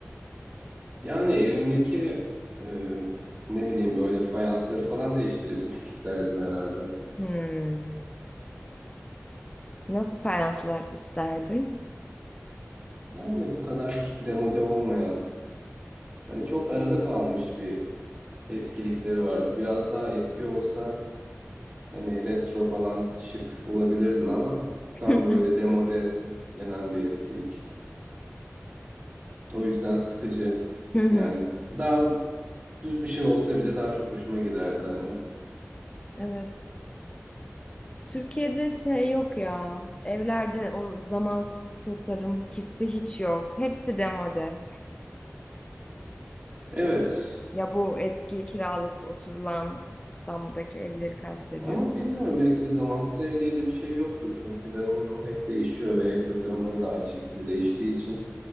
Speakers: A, on the right; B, on the left.
A: Yani evimdeki e, ne bileyim böyle fayansları falan değiştirebilmek <laughs> isterdim herhalde.
B: Hmm. Nasıl fayanslar isterdin?
A: Yani bu kadar demode olmayan, hani çok arada kalmış bir eskilikleri var. Biraz daha eski olsa Hani retro falan şık bulabilirdin ama tam
B: <laughs>
A: böyle demode denen bir eskilik. O yüzden sıkıcı.
B: Hı hı.
A: Yani daha düz bir şey olsa bile daha çok hoşuma giderdi hani.
B: Evet. Türkiye'de şey yok ya. Evlerde o zamansız tasarım hissi hiç yok. Hepsi demode.
A: Evet
B: Ya bu eski kiralık oturulan İstanbul'daki evleri kastediyor.
A: ama bilmiyorum belki de zamansız ev diye de bir şey yoktur. Çünkü dönemin ruhu hep değişiyor ve ev tasarımları da aynı şekilde değiştiği için.